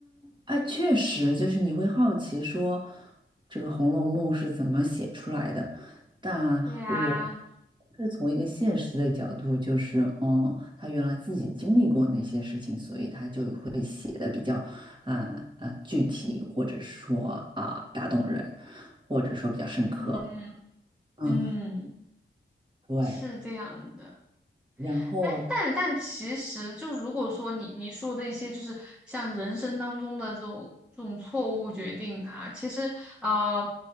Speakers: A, on the right; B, in the centre.
A: 啊，确实就是你会好奇说这个《红楼梦》是怎么写出来的，但我
B: 对呀，
A: 是从一个现实的角度，就是嗯，他原来自己经历过那些事情，所以他就会写的比较啊啊具体，或者说啊打动人，或者说比较深刻。
B: 嗯
A: 嗯，
B: 嗯，
A: 对，
B: 是这样的。
A: 然后
B: 哎，但但其实就如果说你你说的一些就是像人生当中的这种这种错误决定啊，其实呃，